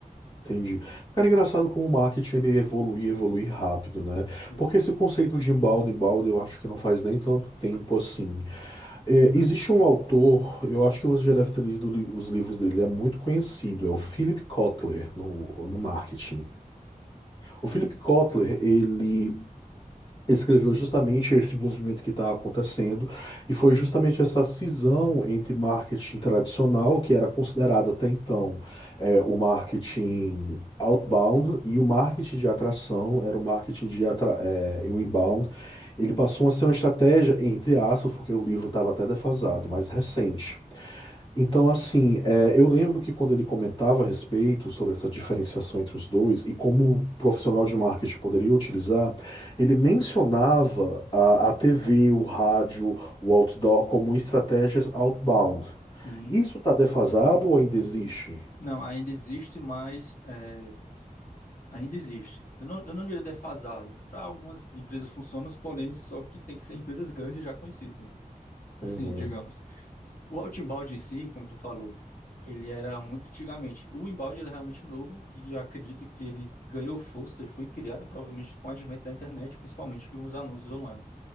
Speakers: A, on the left; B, on the left.
A: Entendi. Cara, engraçado como o marketing ele evolui, evolui rápido, né?
B: Evoluir.
A: Porque esse conceito de embalde, embalde, eu acho que não faz nem tanto tempo assim. É, existe um autor, eu acho que você já deve ter lido li- os livros dele, é muito conhecido, é o Philip Kotler no, no marketing. O Philip Kotler, ele escreveu justamente esse movimento que está acontecendo, e foi justamente essa cisão entre marketing tradicional, que era considerado até então é, o marketing outbound, e o marketing de atração, era o marketing de atra é, o inbound. Ele passou a ser uma estratégia, entre aspas, porque o livro estava até defasado,
B: Uhum.
A: mas recente. Então, assim, é, eu lembro que quando ele comentava a respeito sobre essa diferenciação entre os dois e como o profissional de marketing poderia utilizar, ele mencionava a, a TV, o rádio, o outdoor como estratégias outbound.
B: Sim.
A: Isso está defasado ou ainda existe?
B: Não, ainda existe, mas é, Ainda existe. Eu não, eu não diria defasado. Para algumas empresas funciona, porém, só que tem que ser empresas grandes já conhecidas. né? Assim,
A: Uhum,
B: digamos. O outbound em si, como tu falou, ele era muito antigamente. O inbound ele é realmente novo e eu acredito que ele ganhou força e foi criado provavelmente com o advento da internet, principalmente com os anúncios online,